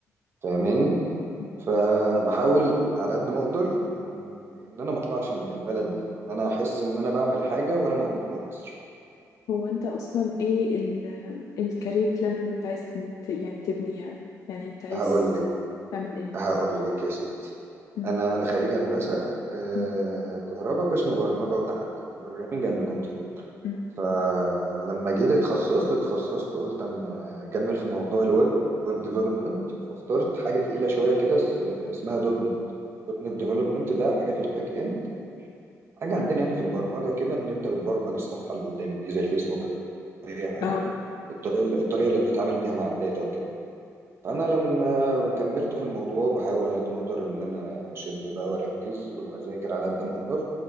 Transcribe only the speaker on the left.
مم.
هو انت اصلا ايه ال الكارير بلان اللي انت عايز تن- ت- يعني تبنيها يعني انت عايز
تعمل ايه
مم.
مم.
مم.
مم.
اه